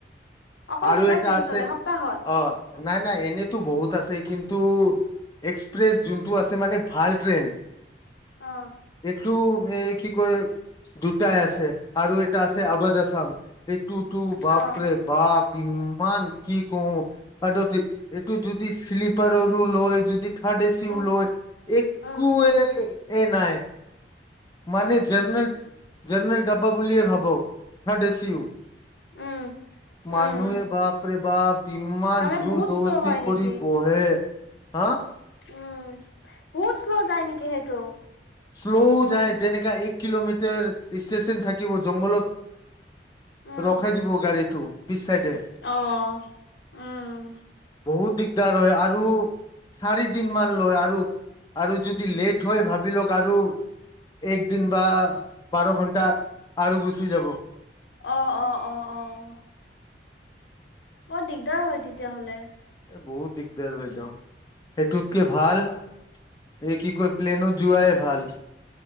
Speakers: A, on the left (about 80°); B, on the left (about 20°).
A: অকল
B: আৰু
A: দুটা
B: এটা
A: ট্ৰেইন
B: আছে,
A: চলে সপ্তাহত
B: অ নাই নাই এনেতো বহুত আছে কিন। তো এক্সপ্ৰেছ যোনটো আছে মানে ভাল ট্ৰেইন।
A: অ।
B: টো এই কি কয় দুটাই আছে আৰু এটা আছে আবাদ আছাম। এইটো তু বাপৰে
A: অ
B: বাপ। ইমান কি কওঁ আৰু এইটো যদি শ্লিপাৰৰো লয় যদি। উঠা <unintelligible>
A: উম
B: লৈ একোয়েই।
A: উম
B: এই নাই মানে
A: উম
B: জেনে জেনেৰেল ডাবা বুলিয়ে ভাবক, হে দেচিও
A: উম উম
B: মানুৱে
A: উম
B: এ বাপৰে বাপ, ইমান
A: মানে
B: জোৰ
A: বহুত
B: জবস্তি
A: শ্ল' হয়
B: কৰি
A: নেকি
B: বহে! হাঁ
A: উম, বহুত শ্ল' যায় নেকি সেইটো?
B: শ্ল' যায়, যেনেকা এক কিলোমিটাৰ ষ্টেচন থাকিব জংঘলত
A: উম।
B: ৰখাই দিব গাড়ীটো। পিছ চাইডে,
A: অ', উম।
B: বহুত দিগদাৰ হয় আৰু চাৰি দিন মান লয় আৰু আৰু যদি লেট হয় ভাবি লওক আৰু একদিন বা বাৰ ঘণ্টা আৰু গুচি যাব।
A: অ, অ, অ, অ। বৰ দিগদাৰ হয় তেতিয়াহলে।
B: বহুত দিগদাৰ বাইদেউ। সেইটোতকে ভাল, এই কি কয় প্লেনত যোৱাই ভাল